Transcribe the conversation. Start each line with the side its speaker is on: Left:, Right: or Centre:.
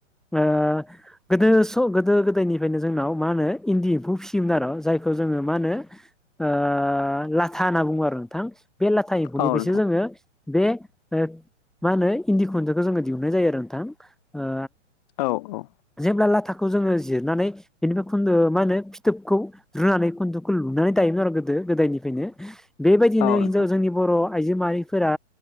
Centre: ओ गोदो स गोदो गोदायनिफ्रायनो जोंनाव मा होनो इन्दि एम्फौ फिसियोमोन आरो जायखौ जोङो मा होनो ओ लाथा होनना बुङो आरो नोंथां बे लाथा एम्फौनिफ्रायसो
Left: औ नोंथां
Centre: जोङो बे ओ मा होनो इन्दि खुनखौ जोङो दिहुननाय जायो आरो नोंथां ओ
Left: औ औ
Centre: जेब्ला लाथाखौ जोङो जिरनानै बेनिफ्राय खुन्दो मा होनो फिथोबखौ रुनानै खुन्दुखौ लुनानै दायोमोन आरो गोदो गोदायनिफ्रायनो बेबायदिनो
Left: औ नोंथां
Centre: हिनजाव जोंनि बर' आइजो माहारिफोरा